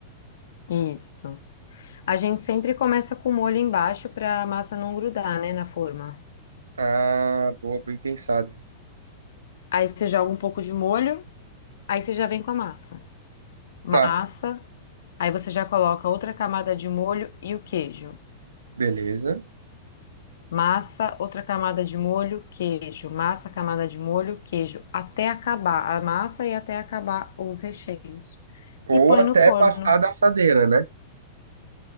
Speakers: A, on the left; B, on the right.
A: Isso. A gente sempre começa com molho embaixo pra massa não grudar, né, na forma.
B: Ah, boa, bem pensado.
A: Aí você joga um pouco de molho, aí você já vem com a massa. Massa,
B: Tá,
A: aí você já coloca outra camada de molho e o queijo.
B: beleza.
A: Massa, outra camada de molho, queijo. Massa, camada de molho, queijo. Até acabar a massa e até acabar os recheios.
B: Ou
A: E põe
B: até
A: no forno.
B: passar da assadeira, né?